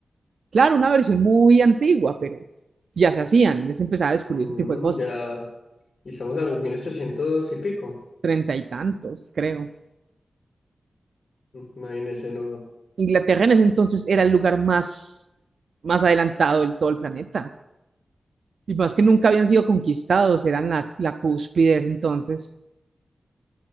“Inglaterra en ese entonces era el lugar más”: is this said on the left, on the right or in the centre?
Right